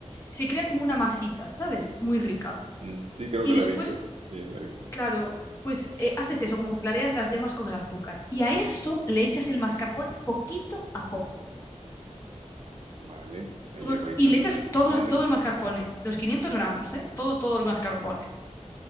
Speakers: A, on the left; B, on the right.
A: se crea como una masita, ¿sabes? Muy rica.
B: Mm, sí, creo
A: Y
B: que
A: después,
B: la he visto. Sí, la he visto.
A: claro, pues eh, haces eso, como que clareas las yemas con el azúcar. Y a eso le echas el mascarpone poquito a poco.
B: Vale, ahí
A: todo-
B: le voy echando
A: y le echas
B: mascarpone.
A: todo, todo el mascarpone, los 500 gramos, ¿eh? Todo, todo el mascarpone.